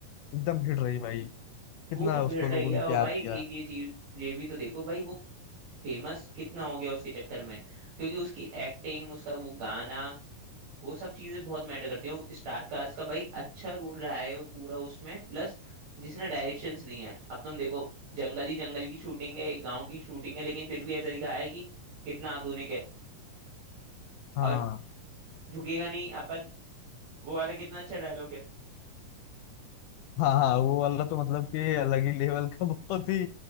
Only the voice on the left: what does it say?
एकदम हिट रही भाई
कितना
उसको लोगों
ने
प्यार
दिया
हाँ
हाँ हाँ वो वाला तो मतलब कि अलग ही लेवल का <laughs> बहुत ही